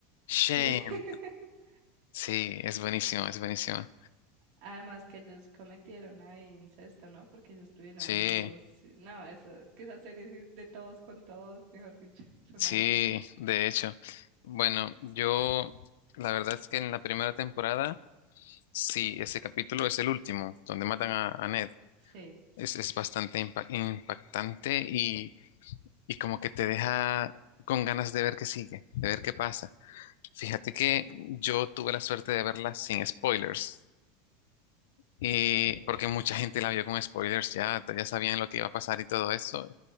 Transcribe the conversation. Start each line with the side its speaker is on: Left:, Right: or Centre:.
Left: shame.
Right: Sí. <laughs>
Left: Sí, es buenísimo, es buenísimo.
Right: Además que ellos cometieron ahí incesto, ¿no? Porque ellos tuvieron
Left: Sí,
Right: hijos. No, eso, es que esa serie sí es de todos con todos, mejor dicho, es una
Left: sí,
Right: locura.
Left: de hecho. Bueno, yo, la verdad es que en la primera temporada, sí, ese capítulo es el último, donde matan a, a Ned.
Right: Sí,
Left: Es, es bastante impa- impactante y, y como que te deja con ganas de ver qué sigue, de ver qué pasa. Fíjate que yo tuve la suerte de verla sin spoilers. Y
Right: ok.
Left: porque mucha gente la vio con spoilers, ya, ya sabían lo que iba a pasar y todo eso.